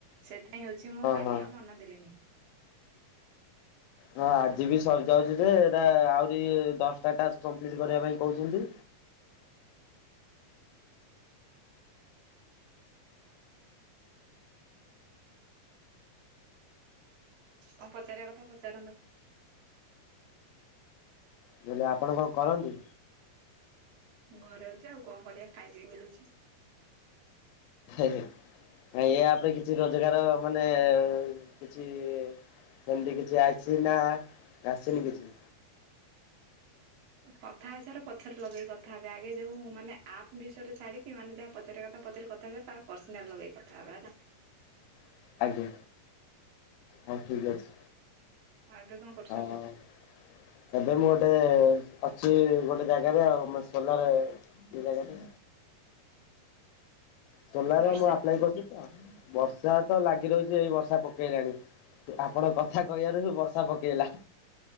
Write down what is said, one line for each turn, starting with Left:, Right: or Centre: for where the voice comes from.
Right: ସେଥିଇଁ ହୋଉଚି, ମୁଁ କାଲି
Left: ହଁ।
Right: ଆଉ ମନ ଦେଲିନି।
Left: ହଁ, ଆଜି ବି ସରିଯାଉଚି ଯେ ଏଟା ଆହୁରି ଦଶଟା ଟାକ୍ସ କମ୍ପ୍ଲିଟ କରିବା ପାଇଁ କହୁଛନ୍ତି।
Right: କଣ ପଚାରିବା କଥା ପଚାରନ୍ତୁ?
Left: ମୁଁ କହିଲି ଆପଣ କଣ କରନ୍ତି?
Right: ଘରେ ଅଛି ଆଉ କଣ କରିବା, ଖାଇଦେଇକି ବୁଲୁଚି।
Left: ଇୟାପରେ କିଛି ରୋଜଗାର ମାନେ କିଛି ସେମତି କିଛି ଆଇଚି ନା ଆସିନି କିଛି।
Right: କଥା ହେଇସାର ପଛରେ ଲଗେଇକି କଥା ହେବେ, ଆଗେ ଯୋଉ ମାନେ ଆପ୍ ବିଷୟରେ ଛାଡିକି ମାନେ ଯାହା ପଚାରିବା କଥା ପଚାରି କଥା ହେ ତାପରେ ପର୍ସନାଲ ଲଗେଇ କଥା ହବା ହେଲା।
Left: ହ। ଆଜ୍ଞା ହଁ ଠିକ ଅଛି
Right: ଆଉ ଏବେ କଣ କରୁଛନ୍ତି
Left: ହଁ। ଏବେ ମୁଁ ଗୋଟେ ଅଛି ଗୋଟେ ଜାଗାରେ ଆଉ ସୋଲାର ଏ ଜାଗାଟା ତୋଲା
Right: ବର୍ଷା?
Left: ମୁଁ ଆପ୍ଲାଏ କରୁଛି ତ ବର୍ଷା ତ ଲାଗି ରହୁଚି ଏଇ ବର୍ଷା ପ ପକେଇଲାଣି। ଆପଣ କଥା କହିବାରୁ ହିଁ ବର୍ଷା ପକେଇଲା।